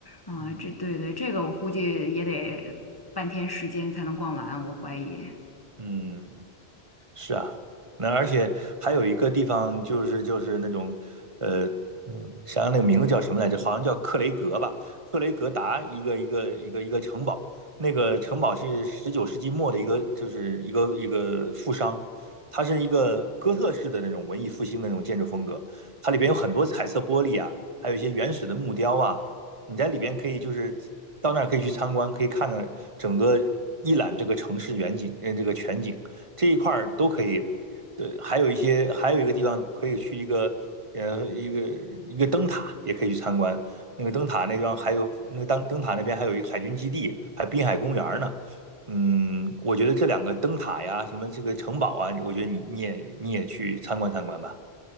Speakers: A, on the left; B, on the right.
A: 啊、
B: 嗯，
A: 这对对，这个我估计也得半天时间才能逛完，我怀疑。
B: 嗯。是啊，那而且还有一个地方就是就是那种，呃，嗯，想想那个名字叫什么来着？好像叫克雷格吧，克雷格达一个一个一个一个城堡，那个城堡是十九世纪末的一个，就是一个一个富商，它是一个哥特式的那种文艺复兴的那种建筑风格，它里边有很多彩色玻璃啊，还有一些原始的木雕啊，你在里边可以就是到那儿可以去参观，可以看到整个一览这个城市远景，嗯，这个全景。这一块儿都可以。对，还有一些，还有一个地方可以去一个，呃，一个一个灯塔也可以去参观。那个灯塔那地方还有那个灯灯塔那边还有一个海军基地，还滨海公园呢。嗯，我觉得这两个灯塔呀，什么这个城堡啊，我觉得你你也你也去参观参观吧。